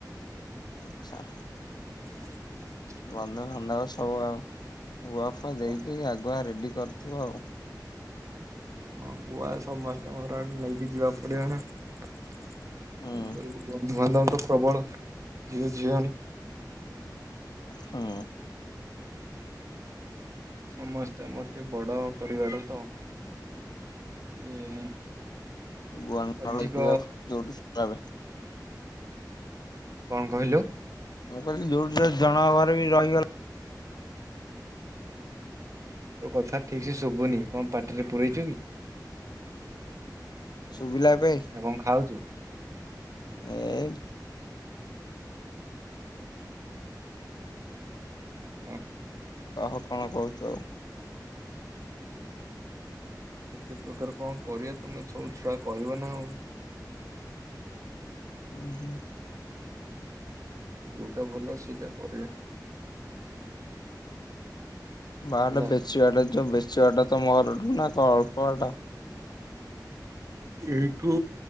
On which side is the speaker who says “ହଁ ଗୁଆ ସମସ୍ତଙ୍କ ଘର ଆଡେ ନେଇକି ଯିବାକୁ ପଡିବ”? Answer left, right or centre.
Right